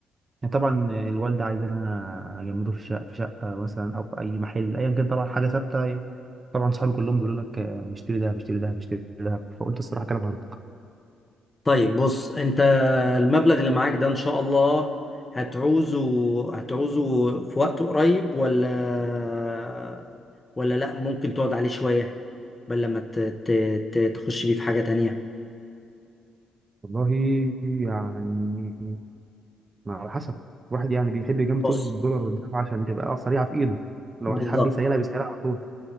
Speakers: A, on the right (about 30°); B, on the left (about 20°).
A: يعني طبعا الوالده عايزانا اجمده في شقه في شقه مثلا او في اي محل ايا كان طبعا حاجه ثابته يعني. طبعا صحابي كلهم بيقولوا لك آه، اشتري ذهب اشتري ذهب اشتري ذهب فقلت الصراحه كلام هارد
B: طيب بص انت المبلغ اللي معاك ده ان شاء الله هتعوزه هتعوزه في وقت قريب ولا ولا لا ممكن تقعد عليه شوية بل لما ت- ت- ت- تخش بيه في حاجة تانية
A: والله يعني ما على حسب واحد يعني بيحب يجمد
B: بص
A: فلوسه في الدولار والدراهم عشان تبقى سريعه في ايده لو
B: بالظبط
A: هيحب يسيلها بيسيلها على طول